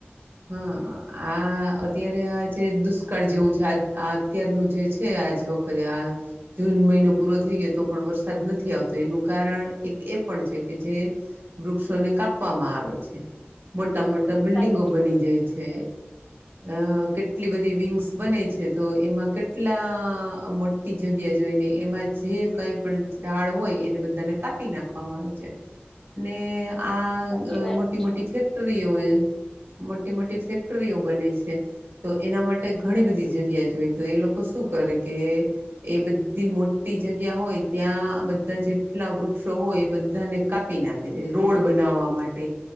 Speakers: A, on the right; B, on the left.
A: હા આ અત્યારે આજ તે દુષ્કાળ જેવું છે. આજ અત્યારનું જે છે આજ વખતે આ જૂન મહિનો પૂરો થઈ યે તો પણ વરસાદ નથી આવતો એનું કારણ એક એ પણ છે કે જે વૃક્ષોને કાપવા માં આવે છે. મોટા મોટા બિલ્ડિંગો
B: સાચી
A: બની
B: વાત
A: અહ કેટલી બધી વિંગ્સ બને છે તો એમાં કેટલા મોટી જગ ગ્યા જોઈ ને એમાં જે કઈ પણ ઝાડ હોય એને બધાને કાપી નાખવામાં આવે છે. ને આ
B: સાચી
A: અહ
B: વાત
A: મોટી
B: છે
A: મોટી ફેક્ટરીઓએ મોટી મોટી ફેક ટ્રીઓ બને છે, તો એના માટે ઘણી બધી જગ્યા જોઈ તો એ લોકો શું કરે કે એ બ ધી મોટી જગ્યા હોય ત્યાં બધા જેટલા વૃક્ષો હોય એ બધાને કાપી નાખે તે રોડ બનાવવા માટે